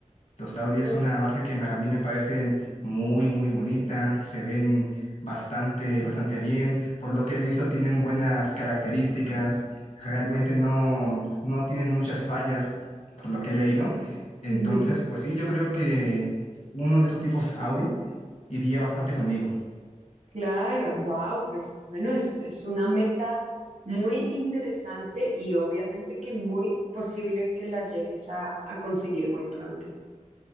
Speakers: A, on the left; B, on the right.
A: Los Audi es
B: Ah.
A: una marca que para mí me parecen muy, muy bonita, se ven bastante, bastante bien. Por lo que he visto, tienen buenas características, realmente no, no tienen muchas fallas, por lo que he leído. Entonces,
B: Ujú,
A: pues sí, yo creo que uno de esos tipos Audi iría bastante conmigo.
B: Claro, wow, pues bueno, es, es una meta muy interesante y obviamente que muy posible que la llegues a, a conseguir muy pronto.